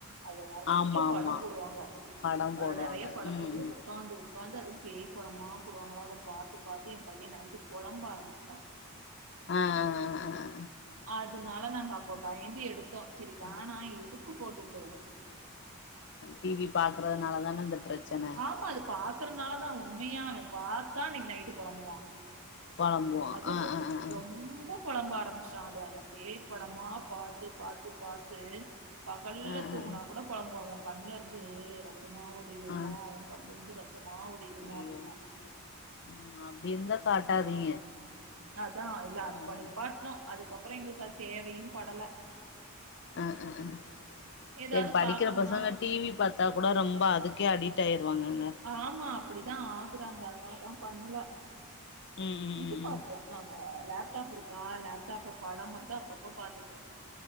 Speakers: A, on the right (about 70°); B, on the left (about 50°).
A: அதுல நறைய
B: ஆமா
A: படம்
B: ஆமா
A: போடுவாங்க
B: படம்
A: அதுல
B: போடுவாங்க
A: நறைய படம்
B: ம்
A: போடுது
B: ம்
A: உக்காந்து உக்காந்து அதுவு பேய் படமா போடுவாங்களா அதப் பாத்து பாத்து ஏ பையன் நைட்டு பொழம்ப ஆரம்பிச்சுட்டா
B: ஆ ஆ ஆ
A: அதுனால நாங்க அப்ப பயந்து எடுத்தோ சரி வேணா
B: ஆ
A: எதுக்கு போட்டுட்டு
B: டி வி பாக்குறதுனால தானே இந்தப் பிரச்சனை
A: ஆமா அது பாக்குறனால தா உண்மையா அவெ பாத்தா அன்னைக்கு நைட்டு பொழம்புவா
B: பொழம்புவோம்
A: அதும்
B: ஆ
A: ரொ
B: ஆ ஆ ஆ
A: ரொம்ப பொழம்ப ஆரம்பிச்சுட்டா அது அந்த பேய் படமா பாத்து பாத்து பாத்து பகல்ல
B: ஆ ஆ
A: தூங்னா கூட பொழம்புவாங்க கண்லருந்து ரத்தமாவரு வடியுதுமா
B: ஆ ஆ.
A: ஒ கண்லர்ந்து ரத்தமா வடியுதுமா
B: ஐயோ
A: அப்டிம்மா
B: ம் அப்படி இருந்தா காட்டாதீங்க
A: அதா இல்ல
B: ம்
A: அப்ப நிப்பாட்னோ அதுக்கப்பறொ எங்களுக்கு அது தேவையு படல
B: அஅ அ
A: ஏதாவது
B: சரி படிக்கிற
A: பார்க்கணும்னா
B: பசங்க டி வி பாத் தா கூட ரொம்ப அதுக்கே அடிட் ஆயிடுவாங்கங்க
A: ஆமா அப்டிதா ஆகுறாங்க அதனால தா பண்ணல
B: ம் ம்
A: இது
B: ம்
A: பாப்போ
B: ம்
A: நாங்க லேப்டாப் இருக்கா லேப்டாப்ல படம் மட்டு அப்பப்ப பாத்துப்போ